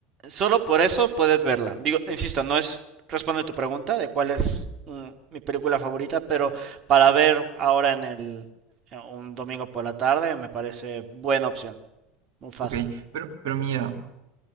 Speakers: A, on the right (about 40°); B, on the right (about 60°).
A: solo por eso puedes verla. Digo, insisto, no es responde tu pregunta de cuál es mm, mi película favorita, pero para ver ahora en el en un domingo por la tarde me parece buena opción. Mufasa.
B: Ok, pero, pero mira,